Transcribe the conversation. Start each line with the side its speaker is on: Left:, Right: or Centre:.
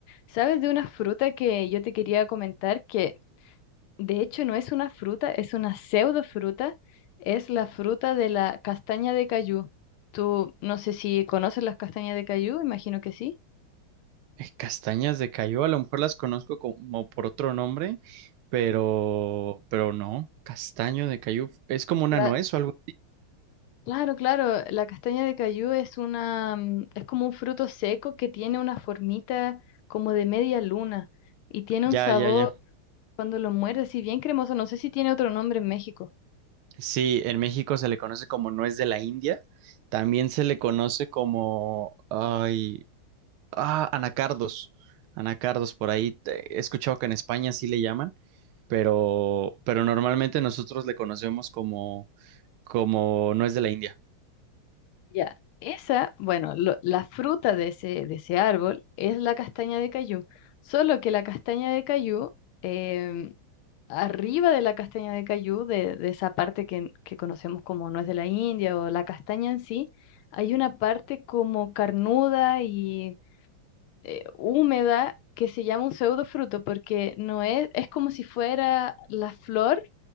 Left: ¿Sabes de una fruta que yo te quería comentar que de hecho, no es una fruta, es una pseudofruta, es la fruta de la castaña de cayú. Tú no sé si conoces las castañas de cayú, imagino que sí.
Right: Eh, Castañas de Cayó, a lo mejor las conozco como por otro nombre, pero, pero no, castaño de Cayú, es como una
Left: La-
Right: nuez o algo.
Left: claro, claro, la castaña de cayú es una, mm, es como un fruto seco que tiene una formita como de media luna y tiene
Right: Ya,
Left: un sabor
Right: ya, ya.
Left: cuando lo muerdes, y bien cremoso. No sé si tiene otro nombre en México.
Right: Sí, en México se le conoce como nuez de la India, también se le conoce como, ay, ah, anacardos, anacardos por ahí, te- he escuchado que en España sí le llaman, pero, pero normalmente nosotros le conocemos como, como nuez de la India.
Left: Ya, esa, bueno, lo- la fruta de ese, de ese árbol es la castaña de cayú, solo que la castaña de cayú, em, arriba de la castaña de cayú, de, de esa parte que, que conocemos como nuez de la India o la castaña en sí, hay una parte como carnuda y eh, húmeda que se llama un pseudofruto porque no es, es como si fuera la flor